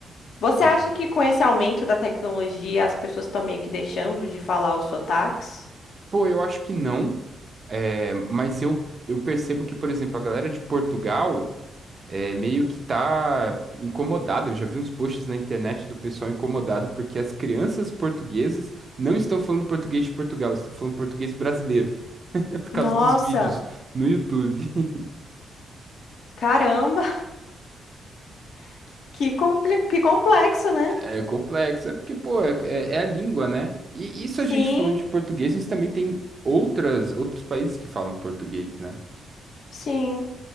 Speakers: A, on the left; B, on the right.
A: Você
B: É.
A: acha que com esse aumento da tecnologia as pessoas estão meio que deixando de falar os sotaques?
B: Pô, eu acho que não, é, mas eu, eu percebo que, por exemplo, a galera de Portugal é, meio que tá incomodada. Eu já vi uns posts na internet do pessoal incomodado porque as crianças portuguesas não estão falando português de Portugal, estão falando português brasileiro, <laughs> é por causa
A: Nossa,
B: dos vídeos no YouTube. <laughs>
A: caramba, <laughs> que, comple- que complexo, né?
B: É complexo, é porque, pô, é, é- é a língua, né? E isso
A: Sim,
B: a gente falando de português, mas também tem outras, outros países que falam português, né?
A: sim.